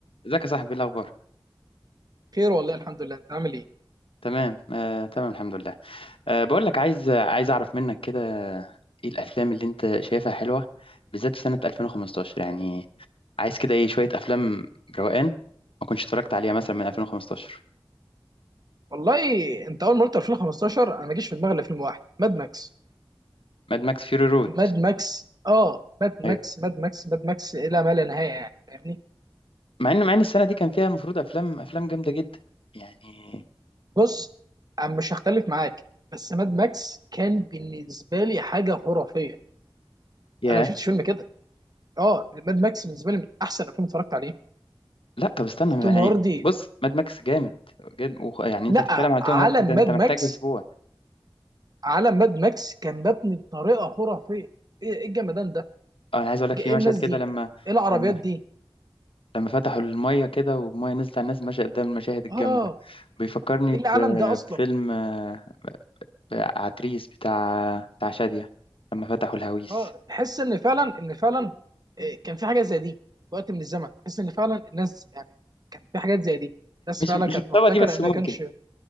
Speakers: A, on the left; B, on the right.
A: ازيك يا صاحبي إيه الاخبار
B: خير والله الحمد لله انت عامل ايه
A: تمام آه، تمام الحمد لله آه، بقول لك عايز عايز اعرف منك كده ايه الافلام اللي انت شايفها حلوه بالذات في سنه 2015 يعني عايز كده ايه شويه افلام روقان ما كنتش اتفرجت عليها مثلا من 2015
B: والله انت اول ما قلت 2015 انا ما جيش في دماغي الا فيلم واحد ماد ماكس
A: ماد ماكس فيوري رود
B: ماد ماكس اه ماد ماكس
A: ايوه
B: ماد ماكس ماد ماكس الى ما لا نهايه يعني فاهمني
A: مع ان مع ان السنه دي كان فيها المفروض افلام افلام جامده جدا يعني
B: بص انا مش هختلف معاك بس ماد ماكس كان بالنسبه لي حاجه خرافيه
A: يا
B: انا ما شفتش فيلم كده اه ماد ماكس بالنسبه لي من احسن الافلام اللي اتفرجت عليه
A: لا طب استنى
B: توم
A: يعني
B: هاردي
A: بص ماد ماكس جامد جد وخ- يعني انت
B: لا
A: هتتكلم على توم
B: عالم
A: هاردي ده انت
B: ماد ماكس
A: محتاج اسبوع
B: عالم ماد ماكس كان مبني بطريقه خرافيه ايه إيه الجمدان ده
A: اه انا عايز اقول لك في
B: إيه
A: مشهد
B: الناس
A: كده
B: دي
A: لما
B: ايه العربيات
A: لما
B: دي
A: لما فتحوا المية كده والمية نزلت على الناس ماشية قدام المشاهد الجامدة
B: اه
A: بيفكرني
B: ايه
A: ب-
B: العالم ده اصلا
A: بفيلم آه، عتريس بتاع بتاع شادية لما فتحوا الهويس
B: اه تحس ان فعلا ان فعلا آه، كان في حاجه زي دي في وقت من الزمن تحس ان فعلا الناس يعني كان في حاجات زي دي الناس
A: مش
B: فعلا
A: مش
B: كانت
A: الطبقة
B: محتكره
A: دي بس
B: انها
A: ممكن
B: كانش